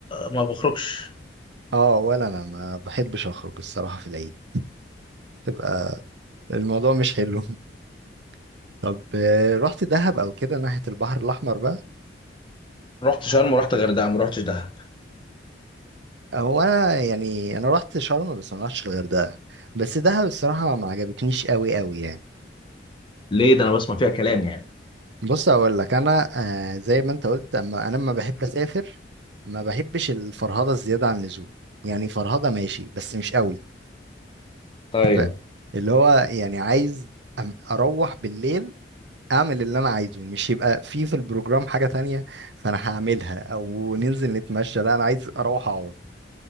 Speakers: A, on the left; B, on the right.
A: ما بخرجش
B: اه ولا انا ما بحبش اخرج الصراحة في العيد تبقى الموضوع مش حلو <laughs> طب آه، رحت دهب او كده ناحية البحر الاحمر بقى
A: رحت شرم ورحت غردقة ما رحتش دهب
B: هو انا يعني انا رحت شرم بس ما رحتش الغردقه بس دهب الصراحه ما عجبتنيش قوي قوي يعني
A: ليه ده أنا بسمع فيها كلام يعني
B: بص اقول لك انا آه زي ما انت قلت اما انا لما بحب اسافر ما بحبش الفرهده الزياده عن اللزوم يعني فرهده ماشي بس مش قوي
A: طيب
B: ف- اللي هو يعني عايز أم- اروح بالليل اعمل اللي انا عايزه مش يبقى في في البروجرام حاجه تانية فانا هعملها او ننزل نتمشى لا انا عايز اروح اقعد